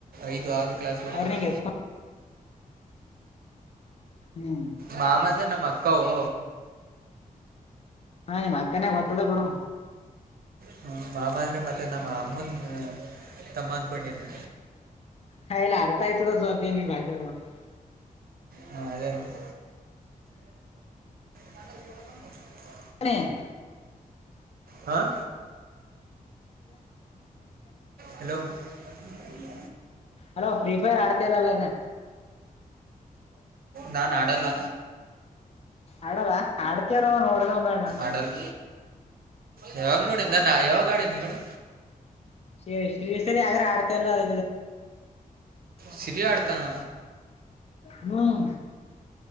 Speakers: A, on the right (about 80°); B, on the left (about 45°).
A: ಐದು ಆರು ಕೆ ಕ್ಲಾಸ್ ಕೊಡ್ತಾರೆ
B: ಅವ್ರ ನಿಂಗ ಎತ್ಕೊ ಹ್ಮ್
A: ಮಾಮದ ನಮ್ಮಕ್ಕಾವು
B: ಹಾ ಮಕ್ಕನೇ ಗೊತ್ತಿದೆ ಬಿಡು
A: ಹ್ಮ ಮಾಮ ಅಂದ್ರೆ ಮತ್ತೆ ನಮ್ಮ ಅಮ್ಮನ್ ತಮ್ಮ ಅನ್ಕೊಂಡಿದೆ
B: ಹಾ ಎಲ್ಲ ಅರ್ಥಯ್ತುರ ಸ್ ಅಧ್ಯ ನೀ ಭಾಷೆಗಳು <inaudible>
A: ಹಾಂ ಅದೇ ಅಂದೆ ತಾಂಗ ಜೂಡ ತ <inaudible>
B: ಹ <inaudible>
A: ಹಾಂ ಹಲೋ <inaudible>
B: ಅಲೋ ಫ್ರೀಫೈರ್ ಆಡ್ತಲ್ಲ ಅಲ್ಲ
A: ನಾನ್ ಅಡಲ್ಲ
B: ಆಡಲ್ಲ ಆಡ್ತಾರೋ ನೋಡದ ಒಂದ್ಣ
A: ಆಡಲ್ಲ ಯಾವಾಗ ನೋಡಿದ ನಾ ಯಾವಾಗ ಆಡಿ ಏಳು
B: ಶ ಶ್ರೀ ಸರಿ ಹಾಗಗ್ರ ಆಡ್ತಲ್ಲದ
A: ಸಿಬಿ ಆಡ್ತಂಗ
B: ಹ್ಮ್